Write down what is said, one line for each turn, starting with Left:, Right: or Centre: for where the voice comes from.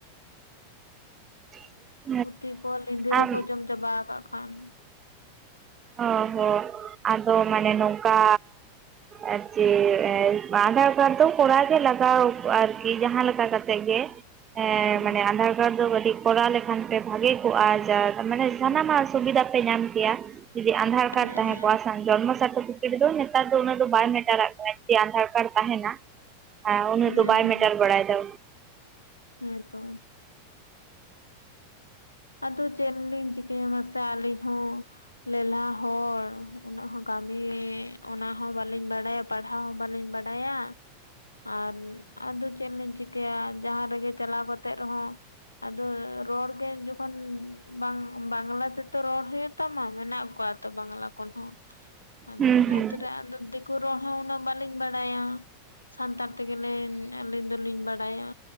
Right: <inaudible>
Left: ᱦᱩᱛᱤ ᱠᱚ, ᱞᱸᱤᱫᱤᱨ
Right: ᱟᱢ
Left: ᱠᱚ ᱡᱚᱢ ᱪᱟᱵᱟ ᱠᱟᱫ ᱠᱷᱟᱱ᱾
Right: ᱦᱳᱭ ᱦᱳᱭ, ᱟᱫᱚ ᱢᱟᱱᱮ ᱱᱚᱝᱠᱟᱼᱼ ᱟᱨ ᱪᱮ ᱟᱫᱷᱟᱨ ᱠᱟᱨᱰ ᱫᱚ ᱠᱚᱨᱟᱣ ᱜᱮ ᱞᱟᱜᱟᱣᱼᱟ, ᱟᱨᱠᱤ ᱡᱟᱦᱟᱸ ᱞᱮᱠᱟ ᱠᱟᱛᱮ ᱠᱟᱛᱮ ᱜᱮ᱾ ᱦᱮᱸ
Left: ᱦᱩᱸ
Right: ᱢᱟᱱᱮ ᱟᱫᱷᱟᱨ ᱠᱟᱨᱰ ᱫᱚ ᱠᱟᱹᱴᱤᱡ ᱠᱚᱨᱟᱣ ᱞᱮᱠᱷᱟᱱ ᱯᱮ ᱵᱷᱟᱜᱮ ᱠᱚᱜᱼᱟ᱾ ᱡᱟᱼ ᱢᱟᱱᱮ ᱥᱟᱱᱟᱢᱟᱜ
Left: ᱦᱩᱸ
Right: ᱥᱩᱵᱤᱫᱷᱟ ᱯᱮ ᱧᱟᱢ ᱠᱮᱭᱟ ᱡᱩᱫᱤ ᱟᱫᱷᱟᱨ
Left: ᱦᱮᱸ
Right: ᱠᱟᱨᱰ ᱛᱟᱦᱮᱸ
Left: ᱦᱮᱸ
Right: ᱠᱚᱜᱼᱟ᱾ ᱡᱚᱱᱢᱚ ᱥᱟᱴᱴᱳᱯᱤᱠᱤᱴ ᱫᱚ ᱱᱮᱛᱟᱨ ᱫᱚ ᱩᱱᱟᱹᱜ ᱫᱚ ᱵᱟᱭ ᱢᱮᱴᱟᱨᱟᱜ ᱠᱟᱱᱟ ᱡᱩᱫᱤ ᱟᱫᱷᱟᱨ ᱠᱟᱨᱰ ᱛᱟᱦᱮᱱᱼᱟ᱾ ᱦᱮᱸ ᱩᱱᱟᱹᱜ
Left: ᱦᱩᱸ
Right: ᱫᱚ ᱵᱟᱭ
Left: ᱦᱩᱸ
Right: ᱢᱮᱴᱟᱨ ᱵᱟᱲᱟᱭᱮᱫᱟ᱾
Left: ᱦᱮᱸ ᱛᱚ᱾ ᱟᱫᱚ ᱪᱮᱫ ᱞᱤᱧ ᱪᱤᱠᱟᱹᱭᱟ ᱢᱟᱥᱮ ᱟᱞᱤᱧ ᱦᱚᱸ? ᱞᱮᱞᱦᱟ ᱦᱚᱲ ᱩᱱᱟᱹᱜ ᱦᱚᱸ ᱠᱟᱹᱢᱤ ᱚᱱᱟ ᱦᱚᱸ ᱵᱟᱹᱞᱤᱧ ᱵᱟᱲᱟᱭᱟ᱾ ᱯᱟᱲᱦᱟᱣ ᱦᱚᱸ ᱵᱟᱹᱞᱤᱧ ᱵᱟᱲᱟᱭᱟ ᱟᱨᱼᱼ ᱟᱫᱚ ᱪᱮᱫ ᱞᱤᱧ ᱪᱤᱠᱟᱹᱭᱟ, ᱡᱟᱦᱟᱸ ᱨᱮᱜᱮ ᱪᱟᱞᱟᱣ ᱠᱟᱛᱮᱜ ᱨᱮᱦᱚᱸ ᱟᱫᱚ ᱨᱚᱲ ᱜᱮᱼᱼ ᱛᱚᱠᱷᱚᱱ ᱵᱟᱝ ᱵᱟᱝᱞᱟ ᱛᱮᱛᱚ ᱨᱚᱲ ᱦᱳᱭᱳᱜ ᱛᱟᱢᱟ ᱢᱮᱱᱟᱜ ᱠᱚᱣᱟ ᱛᱚ ᱵᱟᱝᱞᱟ ᱠᱷᱚᱱ ᱦᱚᱸᱼᱼ
Right: <inaudible>
Left: ᱟᱫᱚ ᱤᱱᱟᱹᱛ
Right: ᱦᱩᱸ
Left: ᱨᱮ, ᱟᱫᱚ ᱫᱤᱠᱳ ᱨᱚᱲ ᱦᱚᱸ ᱩᱱᱟᱹᱜ ᱵᱟᱞᱤᱧ ᱵᱟᱲᱟᱭᱟ᱾ ᱥᱟᱱᱛᱟᱲ ᱛᱮᱜᱮ ᱞᱤᱧ ᱟᱹᱞᱤᱧ ᱫᱚᱞᱤᱧ ᱵᱟᱲᱟᱭᱟ᱾